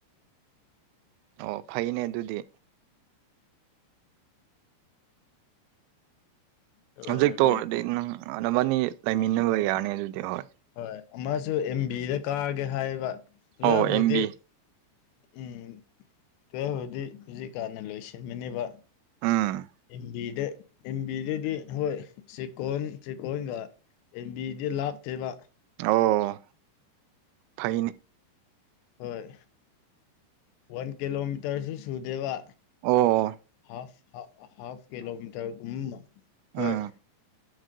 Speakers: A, on the right; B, on the left.
A: ꯑꯣ ꯐꯩꯅꯦ ꯑꯗꯨꯗꯤ꯫
B: ꯑꯗꯨ
A: ꯍꯧꯖꯤꯛ
B: ꯑꯣꯏꯔꯗꯤ
A: ꯇꯣꯛꯔꯗꯤ ꯅꯪ ꯅꯕꯥꯅꯤ ꯂꯩꯃꯤꯟꯅꯕ
B: ꯍꯣꯏ
A: ꯌꯥꯔꯅꯤ ꯑꯗꯨꯗꯤ ꯍꯣꯏ꯫
B: ꯍꯣꯏ ꯑꯃꯖꯨ ꯑꯦꯝ ꯕꯤꯗ ꯀꯥꯔꯒꯦ ꯍꯥꯏꯌꯦꯕ <unintelligible>
A: ꯑꯣ ꯑꯦꯝ ꯕꯤ
B: ꯎꯝ ꯇꯨꯌꯦꯜꯐꯕꯨꯗꯤ ꯍꯧꯖꯤꯛꯀꯥꯟꯅ ꯂꯣꯏꯁꯤꯟꯕꯅꯦꯕ꯫
A: ꯎꯝ꯫
B: ꯑꯦꯝꯕꯤꯗ ꯑꯦꯝꯕꯤꯗꯗꯤ ꯍꯣꯏ ꯆꯦꯀꯣꯟ ꯆꯦꯀꯣꯟꯒ꯫ ꯑꯦꯝ ꯕꯤꯗꯤ ꯂꯥꯞꯇꯦꯕ꯫
A: ꯑꯣ ꯐꯩꯅꯦ꯫
B: ꯍꯣꯏ ꯋꯥꯟ ꯀꯤꯂꯣꯃꯤꯇꯔꯁꯤ ꯁꯨꯗꯦꯕ꯫
A: ꯑꯣ ꯑꯣ꯫
B: ꯑꯁ ꯍꯥ ꯍꯥꯐ ꯀꯤꯂꯣꯃꯤꯇꯔ ꯒꯨꯝꯕꯅ
A: ꯎꯝ
B: ꯍꯣꯏ꯫